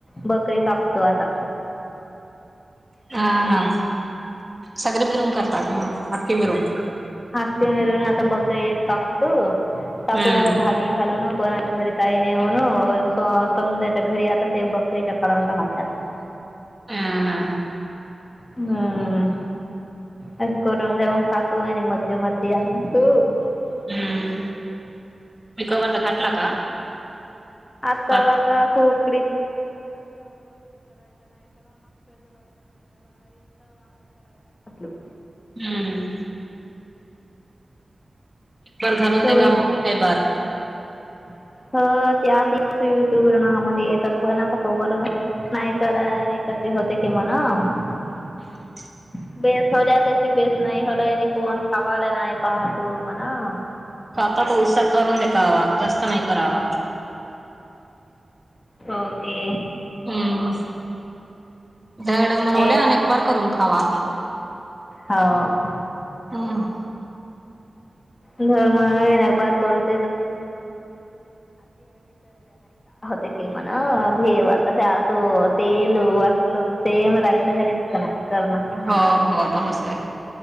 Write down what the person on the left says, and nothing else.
बकरी कापतो आता.
ख्खी मरून आता बकरी एक कापतो. कापून
आता भागी घालून <unintelligible> घरी ताई न होन सौंद्याच्या घरी आता बकरीच्या <unintelligible> काळान राहते आता
हम्म अ कर रंगावण खातो आणि म. मध्ये, मध्ये आणंत. <unintelligible>
आतावग
खूप. <unintelligible>
तुम्ही <unintelligible>
<unintelligible>
ओके.
हे
हो
<unintelligible> काय होत ती म्हण. ठेव आता त्यात. <unintelligible> <unintelligible> <unintelligible>